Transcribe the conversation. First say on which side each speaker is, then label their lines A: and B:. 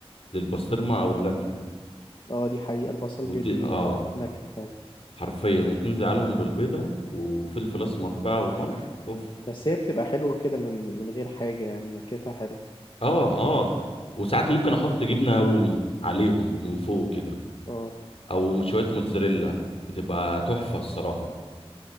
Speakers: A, on the left (about 75°); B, on the left (about 50°).
A: للبسطرمه او اللانشون
B: اه دي حقيقة البصل
A: وت...
B: بيدي
A: اه
B: آه، نكهة فعلا
A: حرفيا وتنزل عليهم بالبيضه وفلفل اسمر بقى وملح اوف
B: بس هي بتبقى حلوة كده من من غير حاجة يعني نكهتها حلوة
A: اه اه وساعات ممكن احط جبنه رومي عليهم من فوق كده
B: اه
A: او شويه موتزاريلا بتبقى تحفه الصراحه